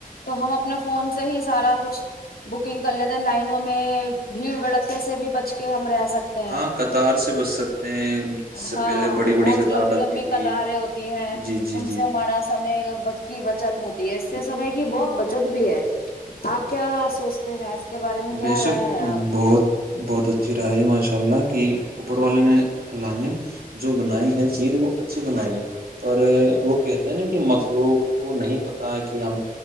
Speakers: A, on the left; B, on the right.
A: تو ہم اپنے فون سے ہی سارا کچھ بکنگ کر لیتے لائنوں میں بھیڑ بھڑکتے سے بھی بچ کہ ہمر سکتے ہیں
B: ہاں قطار سے بچ سکتے ہیں اس سے
A: ہاں
B: پہلے بڑی بڑی
A: بہت
B: قطار
A: لمبی
B: لگتی
A: لمبی
B: تھی
A: قطاریں ہوتی ہیں
B: جی جی
A: ان
B: جی
A: سے ہمارا سمے بچ کی بچت ہوتی ہے اس سے سمے کی بہت بچت بھی ہے آپ کیا سوچتے ہیں کے بارے میں کیا
B: بےشک
A: رائے ہے آپ
B: بہت
A: کی
B: بہت اچھا چر ہے ماشاء اللہ کی اوپر والے نے اللہ نے جو بنائی ہے چیز وہ اچھی بنائی ہے پر وہ کہتے ہیں نا کہ مکلوں کو نہیں پتا کہ ہم